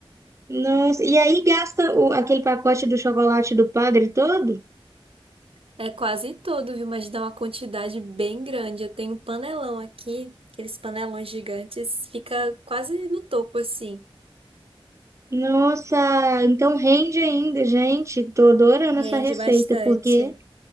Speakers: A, on the right; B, on the right.
A: Nossa, e aí gasta o- aquele pacote do chocolate do padre todo?
B: É quase todo, viu? Mas dá uma quantidade bem grande. Eu tenho um panelão aqui, aqueles panelões gigantes, fica quase no topo assim.
A: Nossa, então rende ainda, gente. Tô adorando
B: Rende
A: essa receita,
B: bastante.
A: porque